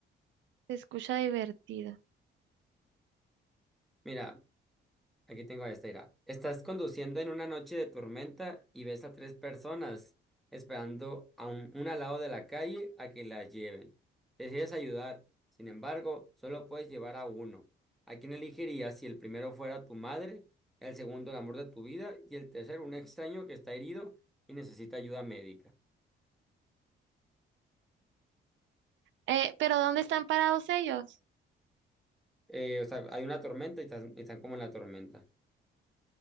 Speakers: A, on the right; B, in the centre.
A: Se escucha divertido.
B: Mira, Aquí tengo esta, mira. Estás conduciendo en una noche de tormenta y ves a tres personas esperando a un- una al lado de la calle a que las lleven. Decides ayudar, sin embargo, solo puedes llevar a uno. ¿A quién elegirías si el primero fuera tu madre, el segundo el amor de tu vida y el tercero un extraño que está herido y necesita ayuda médica?
A: Eh, pero ¿dónde están parados ellos?
B: Eh, o sea, hay una tormenta y están, están como en la tormenta.